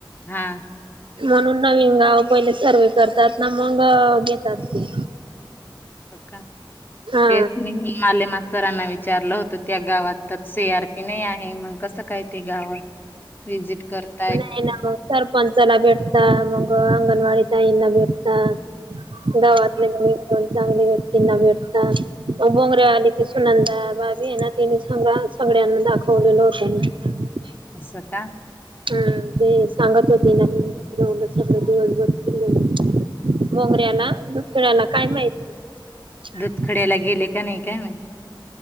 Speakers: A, on the left; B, on the right.
A: हा
B: म्हणून नवीन गाव पहिले सर्वे करतात ना मग घेतात ते
A: हो का
B: हा
A: तेच मीले मसरना विचारलं होत त्या गावात सी आर पी नाही आहे मग कस काही ते गाव वि्हजिट करत
B: नाही ना मग सरपंचाला भेटता मग अंगणवाडी ताईंना भेटता गावातले मी चांगले व्यक्तींना भेटता मग बोंगरे आली ती सुनंदा बाबी आहे ना तिने सांग सगळ्यांना दाखवलेलं होतं ना
A: अस का
B: हम ते सांगत होती ना मी फिरवलं सगळं दिवसभर फिरलं बोंगऱ्याला दुधखेळ्याला काय माहित
A: दुधखड्याला गेले का नाही काय नाही.